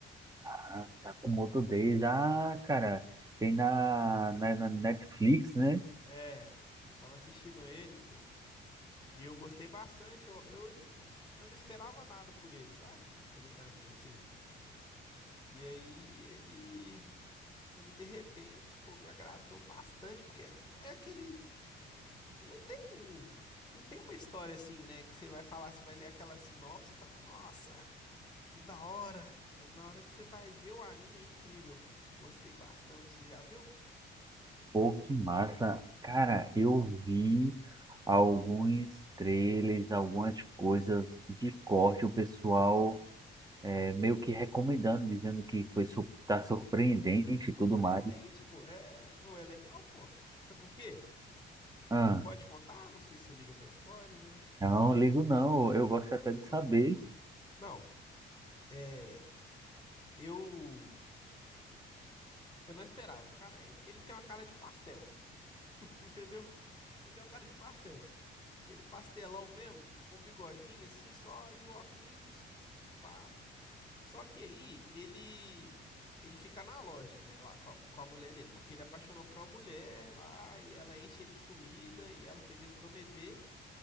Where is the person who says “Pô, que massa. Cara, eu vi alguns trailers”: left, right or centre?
Right